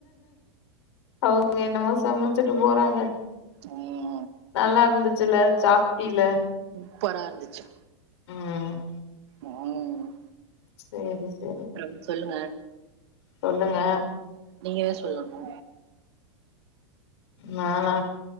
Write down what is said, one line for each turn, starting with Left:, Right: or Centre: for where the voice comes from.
Left: அவுங்க என்னமோ சமச்சிட்டு போறாங்க
Right: ம்
Left: நல்லாருந்துச்சுல சாப்டில
Right: சூப்பரா இருந்துச்சு
Left: ம்
Right: ம்
Left: சேரி செரி
Right: ம் சொல்லுங்க
Left: சொல்லுங்க
Right: நீங்கதா சொல்லணு
Left: நானா